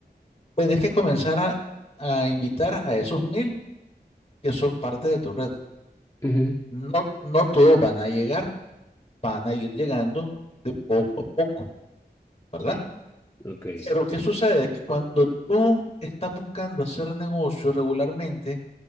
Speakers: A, on the left; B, on the left.
A: tienes que comenzar a, a invitar a esos mil que son parte de tu red.
B: ujú.
A: No, no todos van a llegar, van a ir llegando de poco a poco, ¿verdad?
B: Sí. Ok.
A: Pero ¿qué sucede? Que cuando tú estás buscando hacer negocio regularmente,